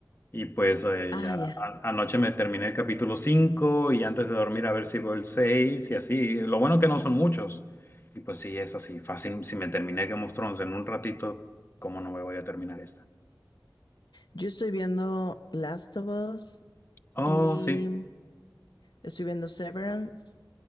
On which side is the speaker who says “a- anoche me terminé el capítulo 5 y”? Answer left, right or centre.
Left